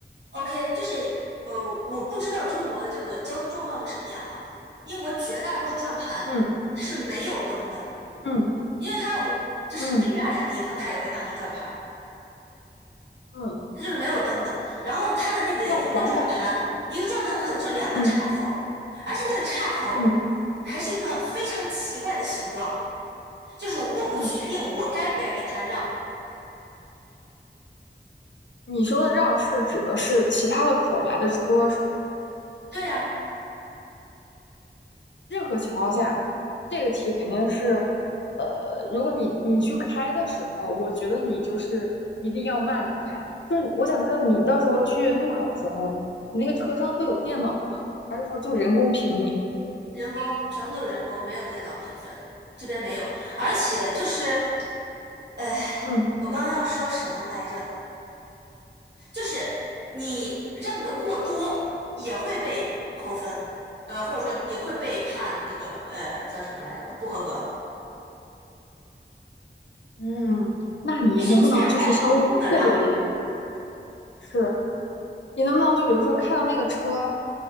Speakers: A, on the right; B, on the left.
A: OK，就是呃，我不知道中国的这个交通状况是什么样哈。英国绝大多数转盘是没有灯的，
B: 嗯嗯
A: 因为它我就是屁大点儿地方，
B: 嗯
A: 它也会安个转盘儿，
B: 嗯，
A: 它就是没有灯的。然后它的那个一个转盘，
B: 要环保吧？
A: 一个转盘可能就两个岔口儿而且那个岔口儿还是一个非常奇怪的形状，
B: 嗯嗯
A: 就是我不确定我该不该给它让。
B: 嗯，你说的让是指的是其他的口儿来的车是？
A: 对呀，
B: 任何情况下，这个题肯定是，呃，如果你你去开的时候，我觉得你就是一定要慢点儿开。就是我想知道你到时候去路考的时候，你那个车上会有电脑吗？还是说就人工评你？
A: 人工，全部都是人工，没有电脑评分，这边没有，而且就是。哎，
B: 嗯
A: 我刚要说什么来着？就是你让的过多也会被扣分，呃，或者说也会被判那个呃叫什么来着？不合格。
B: 嗯，那你能不能就是稍微策略一点儿？
A: 必须恰到好处的让，
B: 是。你能不能就比如说看到那个车，